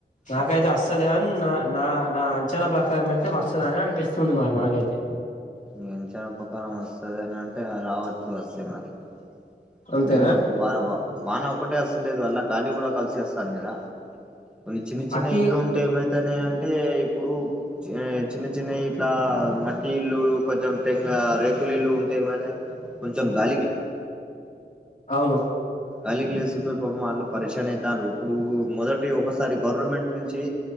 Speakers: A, in the centre; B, on the left (about 45°).
A: ఉమ్
B: నాకైతే వస్తుద అని నా నా నా అంచనా ప్రకారం అయితే వస్తదని అనిపిస్తుంది మరి నాకైతే
A: నీ అంచనపకారం వస్తదని అంటే రావచ్చు వస్తే మరి ఇప్పుడు
B: అంతేనా
A: ఏంటంటే వా వాన ఒకటే వస్తలేదు అలా గాలి కూడా కలిసేస్తాను కదా కొన్ని చిన్న చిన్న
B: అట్టి
A: ఇల్లు ఉంటే ఏమైతనాయ అంటే ఇప్పుడు చిన్న చిన్న ఇట్లా మట్టి ఇల్లు కొంచెం టెంగా రేకులు ఇల్లు ఉంటే ఏమైదంటే కొంచెం గా
B: అవును
A: గాలిగి లేసిపోయి పాపం వాళ్ళు పరేషన్ అయితాడ్రు ఇప్పుడు మొత్తం ఒకసారి గవర్నమెంట్ నుంచి